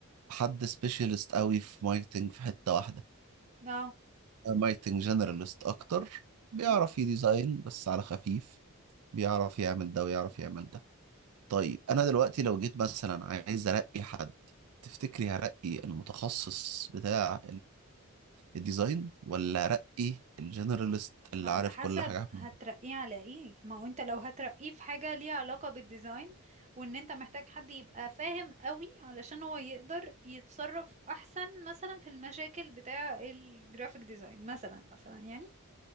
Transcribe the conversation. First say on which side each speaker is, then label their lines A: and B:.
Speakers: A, on the right (about 80°); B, on the right (about 30°).
A: حد سبيشالست قوي في ماركتنج في حتة واحدة
B: اه
A: ماركتنج جنرالست اكتر بيعرف
B: مم.
A: يديزاين بس على خفيف بيعرف يعمل ده ويعرف يعمل ده طيب انا دلوقتي لو جيت مثلا عايز ارقي حد تفتكري هرقي المتخصص بتاع الديزاين ولا رقي الجنراليست اللي
B: ما على
A: عارف
B: حسب
A: كل حاجة عنه؟
B: هترقيه على ايه ما هو انت لو هترقيه في حاجة ليها علاقة بالديزاين وان انت محتاج حد يبقى فاهم قوي علشان هو يقدر يتصرف احسن مثلا في المشاكل بتاع الجرافيك ديزاين مثلا مثلا يعني